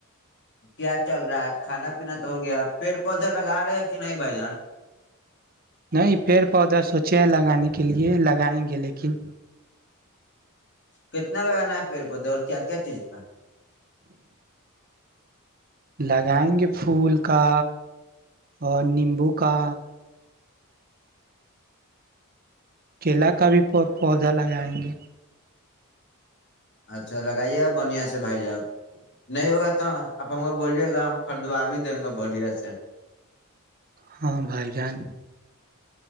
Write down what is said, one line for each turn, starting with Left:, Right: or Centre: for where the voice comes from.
Left: کیا چل رہا ہے کھانا پینا ہو گیا پیڑ پودے لگا رہے ہیں کہ نہیں بھائی جان
Right: نہیں پیڑ پودا سوچے ہیں لگانے کے لیے لگائیں گے کے لیکن
Left: کتنا لگانا ہے پیڑ پودوں اور کیا کیا چیز کا
Right: لگائیں گے پھول کا اور نیمبو کا کیلا کا بھی پ پودا لگائیں گے
Left: اچھا لگائیے گا بڑھیا سے بھائی جان نہیں ہوگا تو آپ ہم کو بولیے گا ہم خریدوا بھی دیں گے بڑھیا سے
Right: ہاں بھائی جان